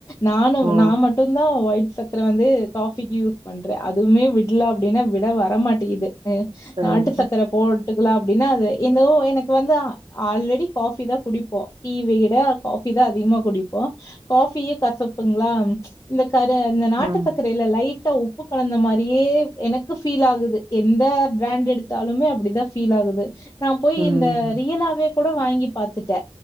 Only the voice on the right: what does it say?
ஓ
சரி
ம்
ம்